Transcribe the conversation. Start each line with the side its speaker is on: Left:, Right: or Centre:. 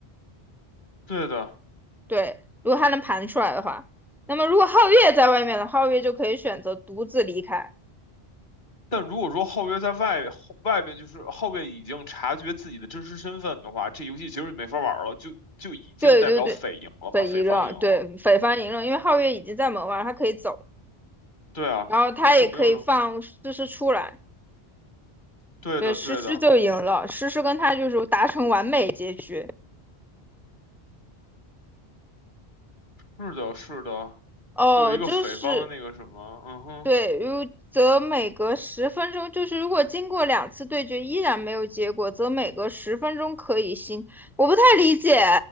Left: 对的。
Centre: 对，如果他能盘出来的话，那么如果皓月在外面的皓月就可以选择独自离开。
Left: 但如果说后卫在外后外边，就是后卫已经察觉自己的真实身份的话，这游戏其实就没法玩了，就就已经代表匪赢了嘛，
Centre: 对对对，匪夷了，
Left: 匪方赢了。
Centre: 对，匪方赢了，因为皓月已经在门外，他可以走，
Left: 对啊，
Centre: 然后他也可以放诗诗出来，
Left: 就没有人。对的，
Centre: 对，诗诗就赢了，
Left: 对的，
Centre: 诗诗跟他就是达成完美结局。
Left: 是的，是的，
Centre: 哦，
Left: 会有一个匪方的那个什么，
Centre: 就是
Left: 嗯哼，
Centre: 对，如则每隔十分钟，就是如果经过两次对决依然没有结果，则每隔十分钟可以新。我不太理解，